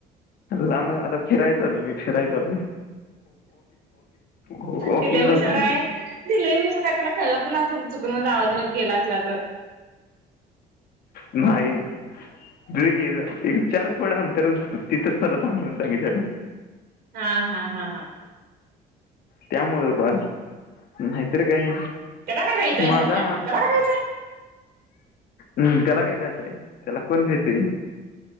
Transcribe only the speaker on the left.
लांब आता फिरायचं आल मी फिरायच आल म वॉकिंगला
चाललोय
नाही ज एक चार फड आणंतर तिथंच मला थांबून सांगितलंला
त्यामु पण नाहीतर काय
माझा
हम् त्याला काय भ्यायचय त्याला कोण भ्याचय